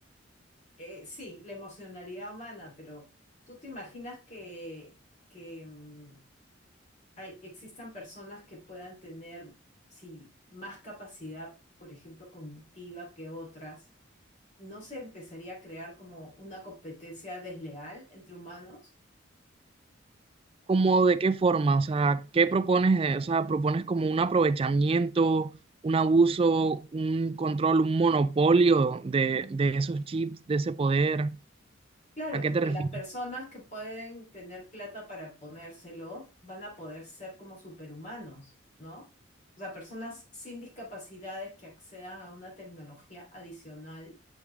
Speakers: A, on the left (about 40°); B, on the right (about 30°).
A: Eh, sí, la emocionalidad humana, pero ¿tú te imaginas que, que mm, hay- existan personas que puedan tener, sí, más capacidad, por ejemplo, cognitiva que otras? ¿No se empezaría a crear como una competencia desleal entre humanos?
B: ¿Cómo de qué forma? O sea, ¿qué propones? eh? O sea, ¿propones como un aprovechamiento, un abuso, un control, un monopolio de, de esos chips, de ese poder?
A: Claro,
B: ¿A qué
A: porque
B: te refieres?
A: las personas que pueden tener plata para ponérselo van a poder ser como superhumanos, ¿no? O sea, personas sin discapacidades que accedan a una tecnología adicional